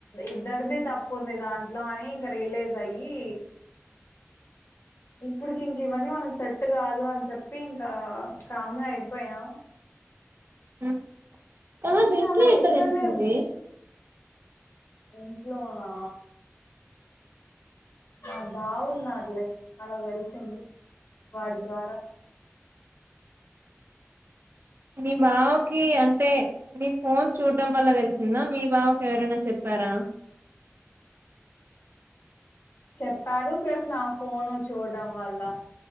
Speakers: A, on the left; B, on the right.
A: ఇద్దరిది తప్పు ఉంది దాంట్లో అ నే ఇంక రియలైజ్ అయ్యి ఇప్పుడుకి ఇంకివన్నీ మనకు సెట్టు కాదు అని చెప్పి ఇంకా, కామ్గా అయిపోయాం.
B: ఉమ్. కాదు
A: కానీ
B: ఇంట్లో
A: అలా
B: ఎట్లా
A: ఉండలేము.
B: తెలిసింది
A: ఇంట్లోనా న బావున్నాడ్లె అలా వెలిసింది వాడి ద్వారా.
B: <inaudible> మీ బావకి అంటే మీ ఫోన్ చూడ్డం వల్ల తెలిసిందా, మీ బావకి ఎవరైనా చెప్ చెప్పారా
A: చెప్పారు ప్లస్ నా ఫోను చూడడం వల్ల.